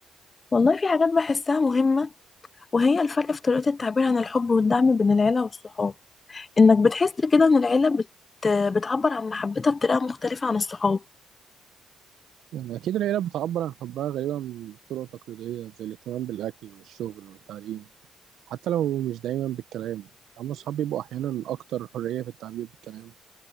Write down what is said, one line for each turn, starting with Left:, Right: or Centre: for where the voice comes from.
Left: والله في حاجات بحسها مهمة وهي الفرق في طريقة التعبير عن الحب والدعم بين العيلة والصحاب انك بتحس كده ان العيله بت... بتعبر عن محبتها بطريقه مختلفه عن الصحاب
Right: يعني أكيد العيلة بتعبر عن حبها غالبا بطرق تقليدية زي الاهتمام بالأكل والشغل والتعليم حتى لو مش دايما بالكلام أما الصحاب بيبقوا أحيانا أكتر حرية في التعبير بالكلام